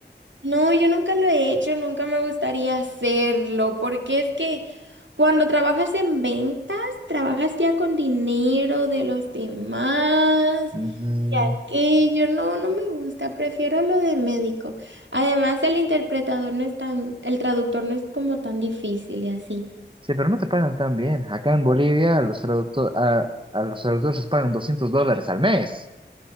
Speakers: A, on the right; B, on the right.
A: No, yo nunca lo he hecho, nunca me gustaría hacerlo, porque es que cuando trabajas en ventas, trabajas ya con dinero de los demás
B: Ujú.
A: y aquello. No, no me gusta, prefiero lo de médico. Además, el interpretador no es tan, el traductor no es como tan difícil y así.
B: Sí, pero no te pagan tan bien. Acá en Bolivia los traducto- a, a los traductores les pagan 200 dólares al mes.